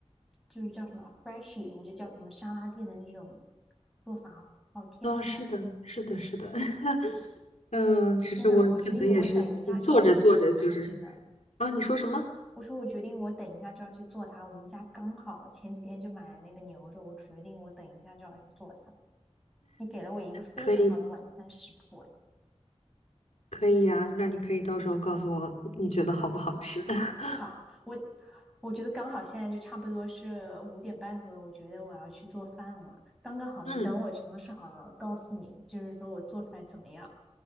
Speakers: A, in the centre; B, on the left.
A: 就是叫什么 Freshie 还是叫什么沙拉店的那种做法，好天才！
B: 啊、是的，是的，是的，<laughs> 嗯，其实我可能也是自己做着做着就是
A: 天呐，我决定我等一下就要去做它，真的。
B: 啊，你说什么？
A: 我说我决定，我等一下就要去做它。我们家刚好前几天就买了那个牛肉，我决定我等一下就要去做它。你给了我一个非常好的晚餐食谱，
B: 可以。
A: 哎
B: 可以呀，那你可以到时候告诉我你觉得好不好吃。<laughs>
A: 好，我我觉得刚好现在就差不多是五点半左右，我觉得我要去做饭了，刚刚好。你等我尝试好了，
B: 嗯
A: 告诉你，就是说我做出来怎么样，